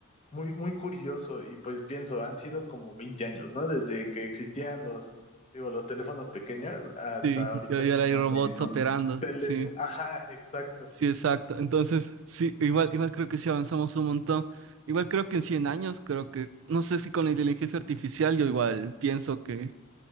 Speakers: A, on the left; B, on the right.
A: muy, muy curioso y pues pienso, han sido como 20 años, ¿no? Desde que existían los, digo, los teléfonos pequeños hasta
B: Sí,
A: ahorita
B: ya ya
A: que
B: hay
A: no
B: robots
A: sé, los
B: operando,
A: teléfonos,
B: sí,
A: ajá, exacto
B: sí, exacto. Entonces, sí, igual, igual creo que sí avanzamos un montón. Igual creo que en 100 años, creo que, no sé si con la inteligencia artificial, yo igual pienso que